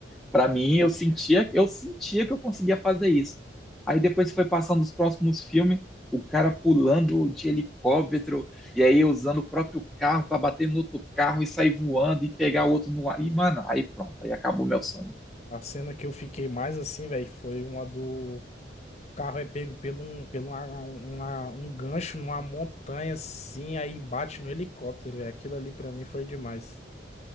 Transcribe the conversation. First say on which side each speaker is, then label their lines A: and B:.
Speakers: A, in the centre; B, on the left.
A: Para mim, eu sentia, eu sentia que eu conseguia fazer isso. Aí depois foi passando os próximos filmes, o cara pulando de helicóptero e aí usando o próprio carro para bater no outro carro e sair voando e pegar o outro no ar. E, mano, aí pronto, aí acabou meu sonho.
B: A cena que eu fiquei mais assim, velho, foi uma do o carro é pego pelo um, pelo uma, uma- um gancho numa montanha assim, aí bate no helicóptero, velho. Aquilo ali pra mim foi demais.